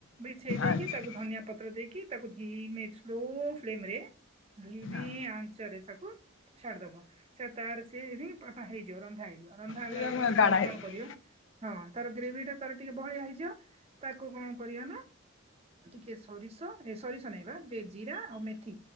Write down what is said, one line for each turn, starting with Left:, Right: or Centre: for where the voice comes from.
Right: ବିଛେଇ ଦେଇକି
Left: ଆଚ୍ଛା
Right: ତାକୁ ଧନିଆ ପତ୍ର ଦେଇକି, ତାକୁ ଧୀମ ସ୍ଲୋସ୍ଲିମରେ ଭୂମି
Left: ହଁ ହଁ
Right: ଆଞ୍ଚରେ ସବୁ ଛାଡିଦବ। ସେ ତାର ସିଏ ହେଇଯିବ, ରନ୍ଧା ହେଇଯିବ, ରନ୍ଧା ହେଲା
Left: ଟିକେ
Right: ବେଳକୁ ଆସିଲା
Left: ଗାଢା
Right: ବେଳକୁ
Left: ହେଇଥିବ
Right: କଣ କରିବ? ହଁ ତାର ଗ୍ରେଭି ଟା ତାର ଟିକେ ବହଳିଆ ହେଇଯିବ, ତାକୁ କଣ? କରିବା ନା, ଟିକେ ସୋରିଷ ଏ ସୋରିଷ ନାଇବା, ଜିରା ଆଉ ମେଥି